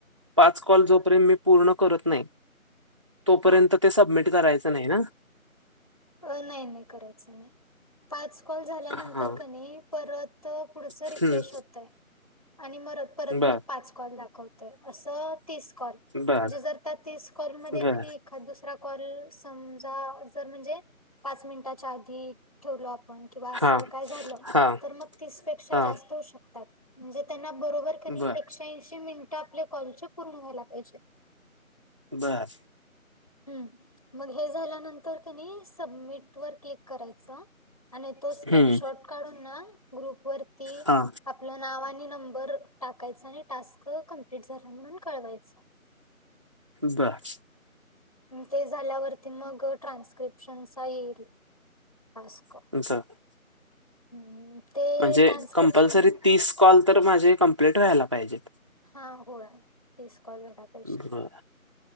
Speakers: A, on the right; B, on the left.
A: पाच कॉल जोपर्यंत मी पूर्ण करत नाही तोपर्यंत
B: हा
A: ते सबमिट करायचं नाही ना.
B: अ नाय नाय करायचं नाय पाच कॉल झाल्यानंतर
A: हा
B: कनी परत पुढच रिफ्रेश
A: हम्म
B: होतंय. आणि मर परत
A: बर
B: मग पाच कॉल दाखवत तय अस तीस कॉल म्हणजे
A: बर
B: जर त्या तीस कॉल मध्ये
A: बर
B: की नाय एखाद दुस सरा कॉल समजा जर म्हणजे पाच मिनिटाच्या आधी ठेवलो आपण किंवा असं
A: हा
B: काय झालं
A: हा
B: तर मग तीसपेक्षा
A: हा
B: जास्त होऊ शकतात म्हणजे त्यांना बरोबर क नी
A: बर
B: एकशेऐंशी मिनं ट आपळे कॉल चे पूर्ण व्हायला पाहिजे.
A: बरं
B: हम्म मग हे झाल्यानंतर क नी सबमिट वर क्लिक करायचं. आणि तो स्क्रीनशॉट
A: हम्म
B: काढून ना ग्रुप वरती
A: हा
B: आपलं नाव आणि नंबर टाकायच आणि टास्क कंप्लिट झाल म्हणून कळवायच. <inaudible>
A: बर.
B: ते झाल्यावरती मग ट्रान्स्क्रिप्शनचा येईल टास्क
A: <unintelligible>
B: हम्म ते
A: म्हणजे
B: ट्रान्स्क्रिप्शन
A: कंपल्सरी तीस कॉल तर माझे कंप्लीट व्हायला पाहिजेत.
B: हां होय तीस कॉल व्हायला पायजेत
A: बर